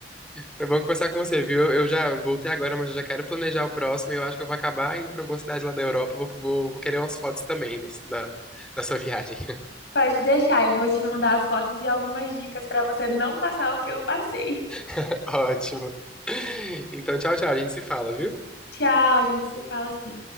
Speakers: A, in the centre; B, on the left (about 65°).
A: Foi bom conversar com você, viu? Eu eu já voltei agora, mas eu já quero planejar o próximo. E eu acho que eu vou acabar indo pra alguma cidade lá da Europa. Vou, vou- vou querer umas fotos também da, da da sua viagem.
B: Pode deixar, eu vou te mandar as fotos e algumas dicas para você não passar o que eu passei.
A: <laughs> Ótimo. Então, tchau, tchau. A gente se fala, viu?
B: Tchau, a gente se fala assim.